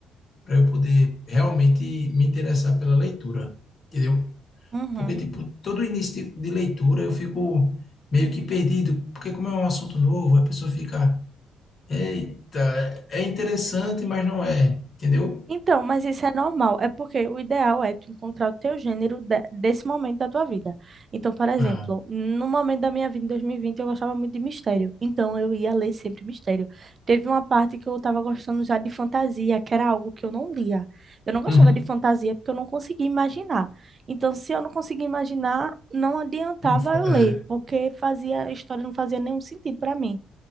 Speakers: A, on the left (about 45°); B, on the right (about 40°).
A: para eu poder realmente me interessar pela leitura, entendeu?
B: Uhum.
A: Porque, tipo, todo início de, de leitura eu fico meio que perdido, porque como é um assunto novo, a pessoa fica Eita, é interessante, mas não é, entendeu?
B: Então, mas isso é normal, é porque o ideal é tu encontrar o teu gênero de- desse momento da tua vida. Então, por exemplo,
A: Ah,
B: no momento da minha vida em 2020, eu gostava muito de mistério, então eu ia ler sempre mistério. Teve uma parte que eu estava gostando já de fantasia, que era algo que eu não lia. Eu não gostava
A: uhum.
B: de fantasia porque eu não conseguia imaginar. Então, se eu não conseguia imaginar, não adiantava
A: Não fa-
B: eu
A: É,
B: ler, porque fazia, a história não fazia nenhum sentido para mim.